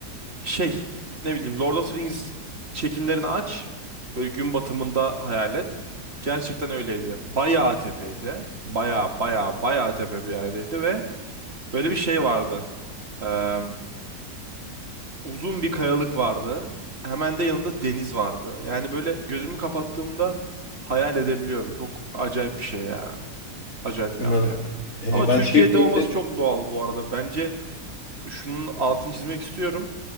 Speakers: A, on the right; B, on the left.
A: şey ne bileyim Lord of the Rings çekimlerini aç. Böyle gün batımında hayal et. Gerçekten öyleydi. Bayağı tepeydi. Bayağı bayağı bayağı tepe bir yerdeydi ve böyle bir şey vardı. Ee, uzun bir kayalık vardı. Hemen de yanında deniz vardı. Yani böyle gözümü kapattığımda hayal edebiliyorum. Çok acayip bir şey ya. Acayip bir
B: Anladım.
A: anda yani.
B: Ee,
A: Ama
B: ben
A: Türkiye'de
B: şeyi kontrol
A: olması çok doğal bu arada. Bence şunun altını çizmek istiyorum.